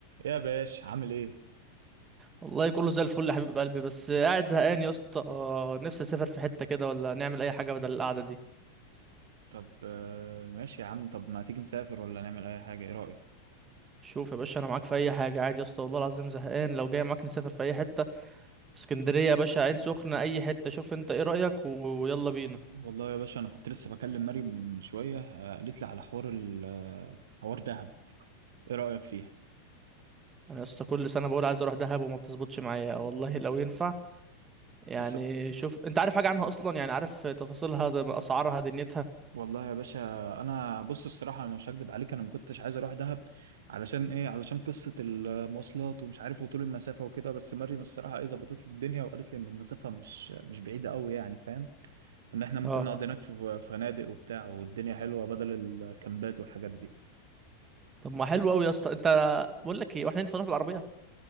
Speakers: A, on the right; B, on the right.
A: يا باش عامل ايه؟
B: والله كله زي الفل يا حبيب قلبي بس قاعد زهقان يا اسطى آه، نفسي اسافر في حتة كده ولا نعمل اي حاجة بدل القعدة دي
A: طب آه، ماشي يا عم طب ما تيجي نسافر ولا نعمل اي حاجة ايه رأيك؟
B: شوف يا باشا انا معاك في اي حاجة عادي يا اسطى والله العظيم زهقان لو جاي معاك نسافر في اي حتة اسكندرية يا باشا عين سخنة اي حتة شوف انت ايه رأيك و- ويلا بينا
A: والله يا باشا انا كنت لسه بكلم مريم من شوية آه، قالت لي على حوار ال آه، حوار دهب ايه رأيك فيها؟
B: انا يا اسطى كل سنة بقول عايز اروح دهب وما بتظبطش معايا والله لو ينفع يعني
A: بس
B: شوف انت عارف حاجة عنها اصلا يعني عارف تفاصيلها ده- اسعارها دنيتها
A: والله يا باشا انا بص الصراحة انا مش هكدب عليك انا ما كنتش عايز اروح دهب علشان ايه؟ علشان قصة المواصلات ومش عارف وطول المسافة وكده بس مريم الصراحة ايه ظبطت لي الدنيا وقالت لي ان المسافة مش مش بعيدة قوي يعني فاهم؟ ان احنا ممكن
B: اه
A: نقعد هناك في في فنادق وبتاع والدنيا حلوة بدل الكامبات والحاجات دي
B: طب ما حلو قوي يا اسطى انت بقول لك ايه واحنا ينفع نروح بالعربية